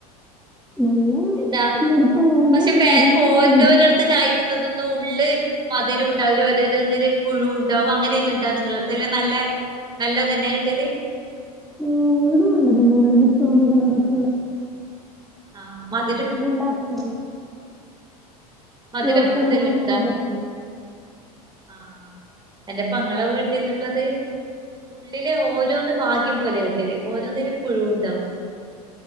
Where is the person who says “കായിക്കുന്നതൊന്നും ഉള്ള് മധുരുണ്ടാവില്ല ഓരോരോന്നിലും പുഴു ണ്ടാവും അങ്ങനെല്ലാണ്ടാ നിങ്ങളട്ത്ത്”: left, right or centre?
Right